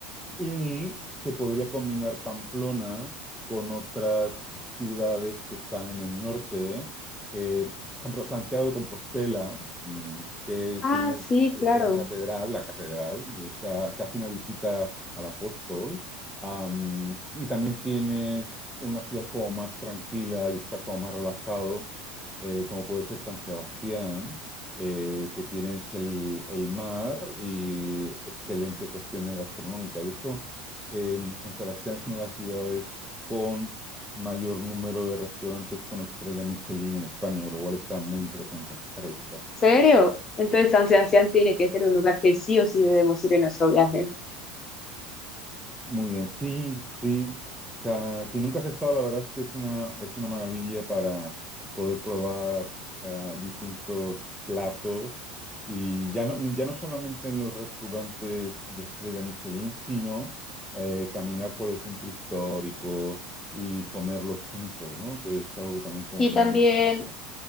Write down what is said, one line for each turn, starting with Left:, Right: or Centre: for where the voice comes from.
Centre: Y se podría combinar Pamplona con otras ciudades que están en el norte, eh, por ejemplo, Santiago de Compostela, mm, que
Left: Ah,
Centre: tiene
Left: sí, claro.
Centre: la catedral, la catedral, eh, se, ha- se hace una visita al apóstol, am, y también tienes una ciudad como más tranquila y estar como más relajado, eh, como puede ser San Sebastián eh, que tienes el, el mar y excelentes opciones gastronómicas. De hecho, em, San Sebastián es una de las ciudades con mayor número de restaurantes con estrella Michelin en España, lo cual está muy interesante para visitar.
Left: ¿Serio? Entonces San Sebastián tiene que ser un lugar que sí o sí debemos ir en nuestro viaje.
Centre: Muy bien, sí, sí. O sea, si nunca has estado, la verdad es que es una, es una maravilla para poder probar eh, distintos platos y ya no, ya no solamente en los restaurantes de estrella Michelin, sino eh, caminar por el centro histórico y comer los pinchos, ¿no? Que es algo también como
Left: Y
Centre: muy
Left: también
Centre: famoso.